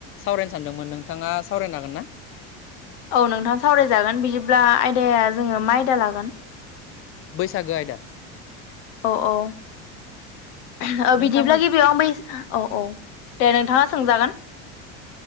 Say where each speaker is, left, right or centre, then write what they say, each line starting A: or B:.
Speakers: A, on the left; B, on the left.
A: सावरायनो सानदोंमोन नोंथां नोंथाङा सावरायनो हागोन ना
B: औ नोंथाङा सावरायजागोन बिदिब्ला आयदाया जोङो मा आयदा लागोन
A: बैसागो आयदा
B: औ औ
A: नोंथांमोन
B: बिदिब्ला गिबियाव आं बै औ औ दे नोंथाङा सोंजागोन